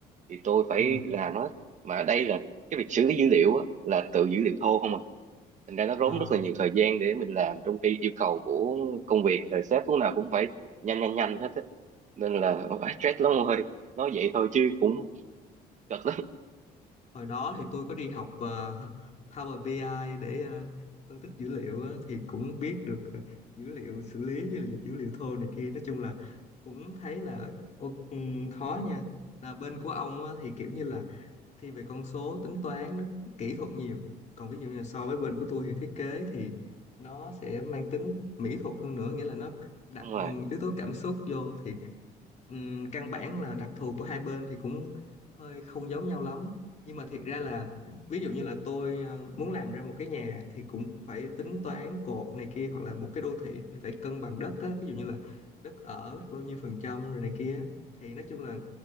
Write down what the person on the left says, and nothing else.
ừ
Ờ.
hồi đó thì tôi có đi học ờ, Power BI ai để ờ, phân tích dữ liệu á, thì cũng biết được ờ, dữ liệu xử lý dữ liệu, dữ liệu thô này kia nói chung là cũng thấy là ô- ừm, khó nha là bên của ông á, thì kiểu như là thiên về con số tính toán nó kỹ thuật nhiều còn ví dụ như là so với bên của tôi thì thiết kế thì nó sẽ mang tính mỹ thuật hơn nữa nghĩa là nó đặt
ừm, yếu tố cảm xúc vô thì Ừm, căn bản là đặc thù của hai bên thì cũng hơi không giống nhau lắm nhưng mà thiệt ra là ví dụ như là tôi ờ, muốn làm ra một cái nhà thì cũng phải tính toán cột này kia hoặc là một cái đô thị thì phải cân bằng đất á ví dụ như là đất ở bao nhiêu phần trăm rồi này kia á. thì nói chung là